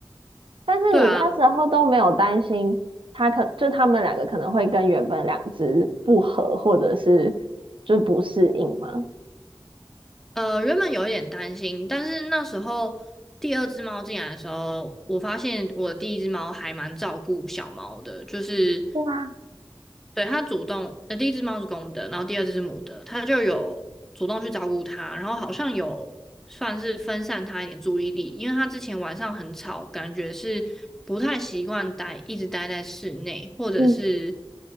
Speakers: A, on the right (about 80°); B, in the centre.
A: 但是你那时候都没有担心他可就他们两个可能会跟原本两只不合，
B: 对啊，
A: 或者是就不适应吗？
B: 呃，原本有一点担心，但是那时候第二只猫进来的时候，我发现我第一只猫还蛮照顾小猫的，就是
A: 对哇，
B: 对它主动，呃，第一只猫是公的，然后第二只是母的，它就有主动去照顾它，然后好像有算是分散它一点注意力，因为它之前晚上很吵，感觉是不太习惯待，一直待在室内，或者是
A: 嗯